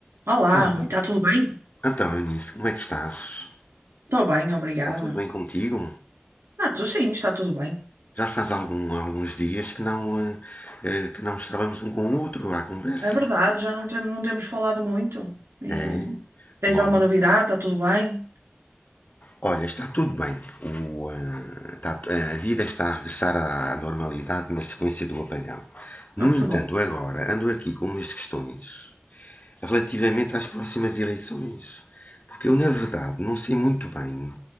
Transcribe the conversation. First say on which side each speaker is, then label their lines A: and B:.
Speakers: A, on the right; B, on the left.
A: Olá,
B: Bom,
A: Rui, está tudo bem?
B: então, Eunice, como é que estás?
A: Estou bem, obrigada.
B: Está tudo bem contigo?
A: Ah, tu sim, está tudo bem.
B: Já faz algum- alguns dias que não, eh, eh, que não estávamos um com o outro à conversa?
A: É verdade, já não, tem- não temos falado muito. E
B: É?
A: tens
B: Bom,
A: alguma novidade? Está tudo bem?
B: olha, está tudo bem. O, eh, está- eh, a vida está a regressar à, à normalidade na sequência do apagão. No
A: Ah,
B: entanto,
A: que bom.
B: agora ando aqui com umas questões relativamente às próximas eleições, porque eu, na verdade, não sei muito bem